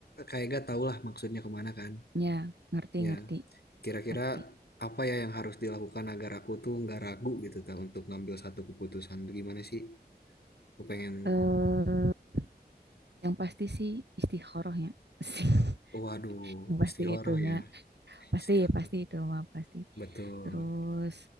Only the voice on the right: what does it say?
Ya ngerti
ngerti
ngerti.
Eh yang pasti sih istikharah ya. <laughs>
Yang pasti
itunya.
Pasti,
pasti itu mah pasti.
Terus